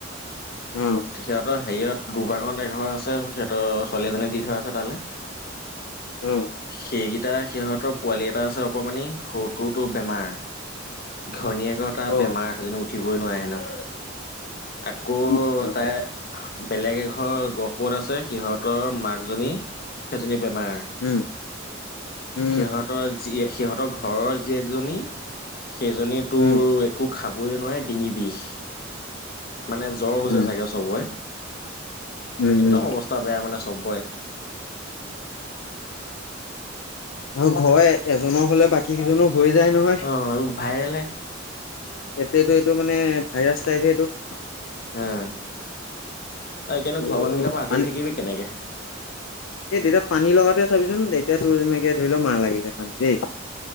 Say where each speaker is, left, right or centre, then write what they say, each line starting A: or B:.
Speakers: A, on the left; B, on the left.
A: উম।
B: সিহঁতৰ হেৰিয়ত দুবাগত এঘৰ আছে, সিহঁতৰ ছোৱালী এজনী দি থোৱা আছে তালৈ।
A: অ
B: সেইকেইটা, সিহঁতৰ পোৱালি এটা আছে অকমানি, সৰুটোতো বেমাৰ। ঘনীয়েক আৰু তাৰ
A: অ
B: বেমাৰ, সেইজনো উঠিবই নোৱাৰে হেনো। আকৌ
A: <unintelligible>
B: তাই বেলেগ এঘৰ গহপুৰত আছে সিহঁতৰ মাক জনী, সেইজনী বেমাৰ।
A: উম উম
B: সিহঁতৰ জি সিহঁতৰ ঘৰৰ জিয়েকজনী সেইজনীয়ে তোৰ
A: উম
B: একো খাবই নোৱাৰে, ডিঙি বিষ। মানে জ্বৰ হৈছে
A: উম
B: চাগে চবৰে,
A: উম
B: একদম
A: উম
B: অৱস্থা বেয়া মানে চবৰে।
A: আৰু ঘৰৰ এজনৰ হ'লে বাকী কেইজনো হৈ যায়। নহয়
B: অ'এইবোৰ ভাইৰেলহে।
A: এতিয়াতো এইটো মানে ভাইৰাছ টাইপ হে এইটো।
B: হাঁ আৰু এতিয়ানো
A: ত'
B: ঘৰৰ মানুহকেইটাৰ পৰা আঁতৰি
A: মানে
B: থাকিবি কেনেকে?
A: এই দেউতাত পানী লগাটোৱে চাবিচোন, এতিয়া তোৰ এনেকে ধৰি ল মাৰ লাগিলে পানী দেই